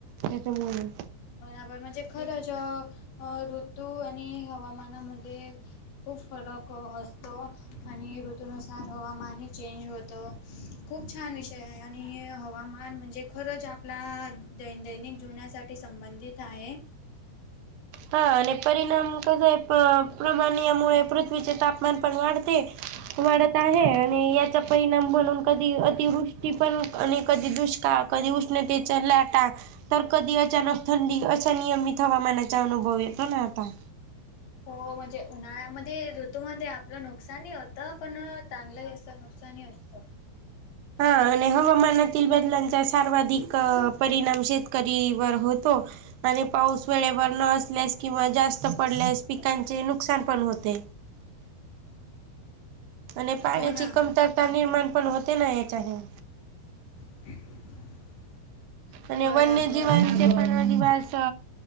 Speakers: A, on the right; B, on the left.
A: त्याच्यायमुळे
B: बराबर म्हणजे खरंच ऋतू आणि हवामानामध्ये <unintelligible> खूप फरक असतो आणि ऋतनुसार हवामानही चेंज होतं. खूप छान विषय आहे आणि <unintelligible> हवामान म्हणजे खरंच आपला दैन दैनिक जीवनासाठी संबंधित आहे.
A: हा आणि परिणाम कसाय प्रमाण <unintelligible> यामुळे पृथ्वीचे तापमान पण वाढते वाढत आहे आणि याच्या परिणाम बनून कधी अतिवृष्टी पण आणि कधी दुष्काळ कधी उष्णतेचा लाटा <unintelligible> तर कधी अचानक थंडी अशा नियमित हवामानाचा अनुभव येतो ना आता.
B: हो म्हणजे उन्हाळ्यामध्ये ऋतूमध्येध्ये आपलं नक <unintelligible> नुकसानी होतं पण चांगलंही असं नुकसानी असतं.
A: हा आणि हवामानातील बदलांचा सर्वाधिक परिणाम शेतकरीवर होतो. <unintelligible> आणि पाऊस वेळेवर न असल्यास किंवा जास्त पडल्यास पिकांचे नुकसान पण होते. <unintelligible> आणि पाण्याची
B: हो ना
A: कमतरता निर्माण पण होते ना याच्याने.
B: <unintelligible> <unintelligible>
A: आणि
B: बराबर
A: वन्य जीवन <unintelligible> ते पण दिवास